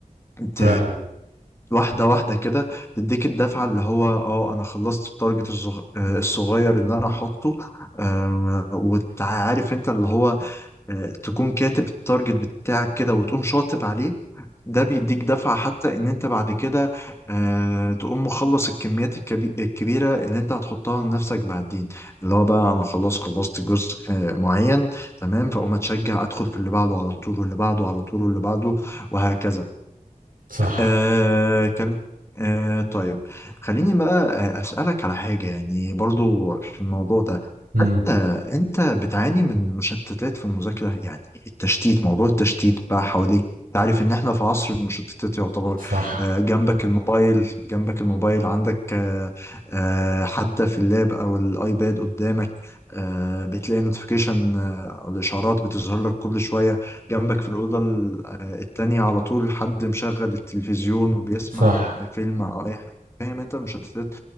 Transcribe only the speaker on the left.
ت... واحدة واحدة كده تديك الدفعة اللي هو اه انا خلصت التارجت الصغ... آه، الصغير اللي انا حاطه آم، وتعرف انت اللي هو آه، تكون كاتب التارجت بتاعك كده وتقوم شاطب عليه ده بيديك دفعة حتى ان انت بعد كده آه، تقوم مخلص الكميات الكبي... الكبيرة اللي انت هتحطها لنفسك بعدين اللي هو بقى انا خلاص خلصت جزء آه، معين تمام فاقوم اتشجع ادخل في اللي بعده على طول واللي بعده على طول واللي بعده وهكذا
آه كان آه طيب خليني بقى آه، أسألك على حاجة يعني برضو في الموضوع ده
آه، انت بتعاني من مشتتات في المذاكرة يعني التشتيت موضوع التشتيت بقى حواليك تعرف ان احنا في عصر المشتتات يعتبر
آه، جنبك الموبايل جنبك الموبايل عندك آه، آه، حتى في اللاب او الايباد قدامك آه، بتلاقي نوتيفيكيشن او الاشعارات بتظهر لك كل شوية جنبك في الأوضة ال- آه، التانية على طول حد مشغل التلفزيون وبيسمع
فيلم او اي حاجة فاهم انت المشتتات